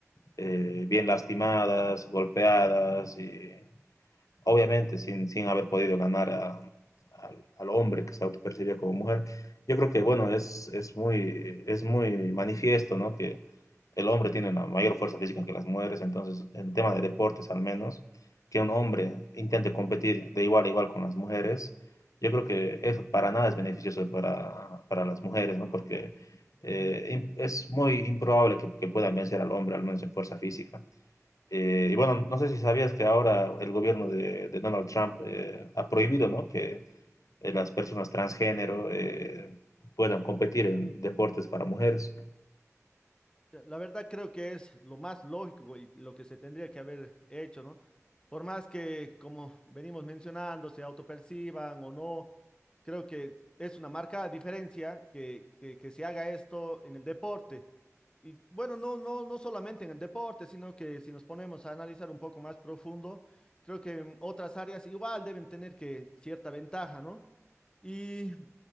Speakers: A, on the left; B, on the left.
A: eh, bien lastimadas, golpeadas y obviamente sin, sin haber podido ganar a, al, al hombre que se autopercibía como mujer, yo creo que, bueno, es, es, muy, es muy manifiesto, ¿no? Que el hombre tiene una mayor fuerza física que las mujeres, entonces, en tema de deportes al menos, que un hombre intente competir de igual a igual con las mujeres, yo creo que eso para nada es beneficioso para, para las mujeres, ¿no? Porque eh, es muy improbable que, que puedan vencer al hombre, al menos en fuerza física. Eh, y bueno, no sé si sabías que ahora el gobierno de, de Donald Trump eh, ha prohibido ¿no? que eh, las personas transgénero eh, puedan competir en deportes para mujeres.
B: La verdad creo que es lo más lógico y lo que se tendría que haber hecho, ¿no? Por más que, como venimos mencionando, se autoperciban o no, creo que es una marcada diferencia que, que, que se haga esto en el deporte. Y bueno, no, no, no solamente en el deporte, sino que si nos ponemos a analizar un poco más profundo, creo que en otras áreas igual deben tener que cierta ventaja, ¿no? Y